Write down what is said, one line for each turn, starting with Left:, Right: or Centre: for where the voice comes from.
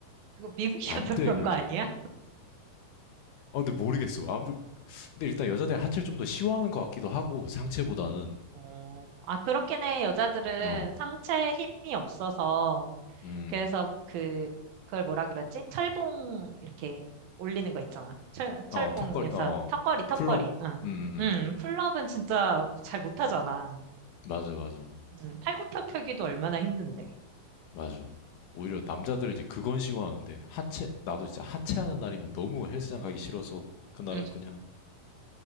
Right: 이거 미국이어서
Left: 안 돼,
Right: <laughs> 그런
Left: 그게.
Right: 거 아니야?
Left: 아, 근데 모르겠어. 아무 근데 일단 여자들은 하체를 좀 더 시원한 것 같기도 하고 상체보다는
Right: 어, 아 그렇긴 해. 여자들은
Left: 어,
Right: 상체에 힘이 없어서
Left: 음,
Right: 그래서 그 그걸 뭐라 그러지? 철봉 이렇게 올리는 거 있잖아. 철 철봉에서
Left: 어 턱걸이, 어
Right: 턱걸이 턱걸이.
Left: 풀업,
Right: 응.
Left: 음, 음,
Right: 음,
Left: 음.
Right: 풀업은 진짜 잘 못하잖아.
Left: 맞아, 맞아,
Right: 음, 팔굽혀 펴기도 얼마나 힘든데.
Left: 맞아. 오히려 남자들은 이제 그건 시하는데 하체, 나도 진짜 하체하는 날이면 너무 헬스장 가기 싫어서 그날은
Right: 음.
Left: 그냥